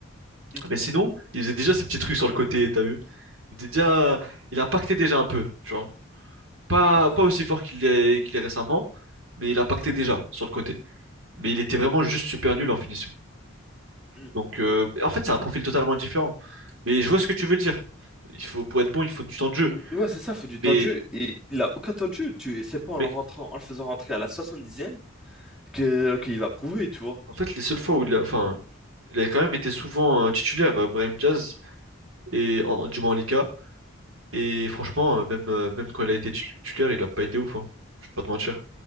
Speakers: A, in the centre; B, on the right.
A: hmm,
B: Mais sinon, il faisait déjà ses petits trucs sur le côté, t'as vu? Il était déjà, il impactait déjà un peu, tu vois. Pas,
A: ah,
B: pas aussi
A: je-
B: fort qu'il est, qu'il est récemment, mais il impactait déjà sur le côté. Mais il était vraiment juste super nul en finition.
A: Mm,
B: Donc, euh, en fait, c'est un profil totalement différent. Mais je vois ce que tu veux dire. Il faut, pour être bon, il faut du temps de jeu.
A: mm, ouais, c'est ça, il faut du temps
B: Mais,
A: de jeu. Et il a aucun temps de jeu. Tu... C'est pas
B: mais
A: en le rentrant, en le faisant rentrer à la 70e Que, qu'il va prouver, tu vois.
B: en fait, les seules fois où il a, enfin, il a quand même été souvent euh, titulaire, euh, Brahim Diaz, et, en, du moins en Liga. Et franchement, euh, même, euh, même quand il a été titulaire, il a pas été ouf, hein. Je vais pas te mentir.